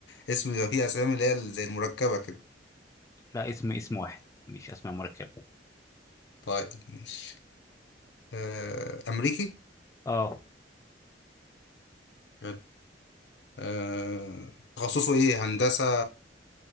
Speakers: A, on the left (about 70°); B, on the left (about 20°).
A: اسم يبقى فيه أسامي اللي هي زي المركبة كده
B: لا اسم اسم واحد مش اسماء مركبه
A: طيب ماشي آه، أمريكي
B: اه
A: حلو آه، تخصصه إيه هندسة